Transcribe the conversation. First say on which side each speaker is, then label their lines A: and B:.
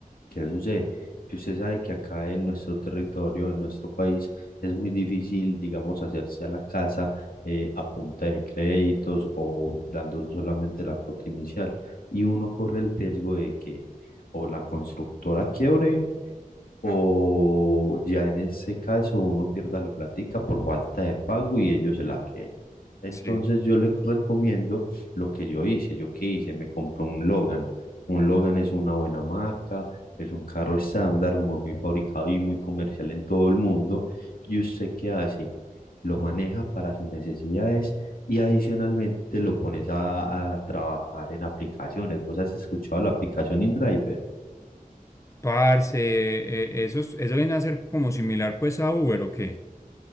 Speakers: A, on the left; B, on the left.
A: ¿Qué sucede? Que usted sabe que acá en nuestro territorio, en nuestro país, es muy difícil, digamos, hacerse a la casa eh, a punta de créditos o dando solamente la cuota inicial. Y uno corre el riesgo de que o la constructora quiebre o ya en este caso uno pierda la plática por falta de pago y ellos se la queden. Entonces
B: Sí.
A: yo les recomiendo lo que yo hice. ¿Yo qué hice? Me compré un Logan. Un Logan es una buena marca, es un carro estándar, muy fabricado y muy comercial en todo el mundo. ¿Y usted qué hace? Lo maneja para sus necesidades y adicionalmente lo pones a, a trabajar en aplicaciones. ¿Vos has escuchado la aplicación InDriver?
B: Parce, eh, eso, es- eso viene a ser como similar pues a Uber o qué.